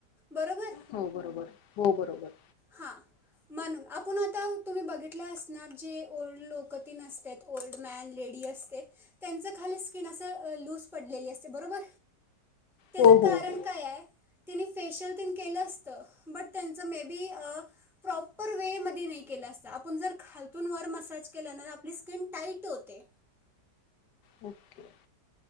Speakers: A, in the centre; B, on the left.
A: बरोबर
B: हो बरोबर हो बरोबर
A: हा म्हण अप पुन्हा त्याहून तुम्ही बघितल असणार जे ओल्ड लोक कठीन असत्यात ओल्ड मॅन लेडी असते त्यांच खाली स्किन अस अ लूज पडलेली असते बरोबर त्याच
B: हो हो
A: कारण
B: हो
A: काय आहे? तिने फेशियल तेन केलं असतं बट ते मे बी अ प्रॉप पर मेमध्ये नाही केलं असत आपण जर खालतून वर मसाज केल्यान आपली स्किन टाईट होते
B: मूप्तिहायं